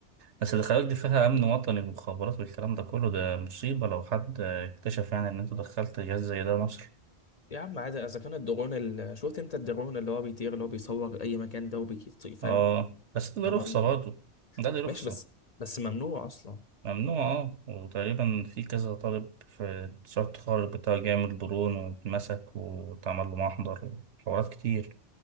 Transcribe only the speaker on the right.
بس الخلايا دي فيها امن وطني ومخابرات والكلام ده كله ده مصيبة لو حد اكتشف يعني ان انت دخلت جهاز زي ده مصر
اه بس ده له
رخصة برضه ده له رخصة
ممنوع اه وتقريبا في كذا طالب في مشروع التخرج بتاع جامعة برون واتمسك واتعمل له محضر وحوارات كتير